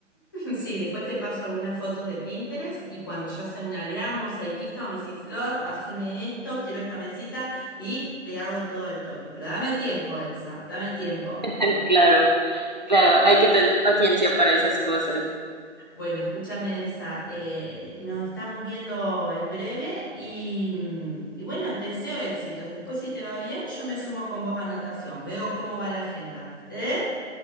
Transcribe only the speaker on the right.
<laughs> Claro, claro, hay que tener paciencia para esas cosas.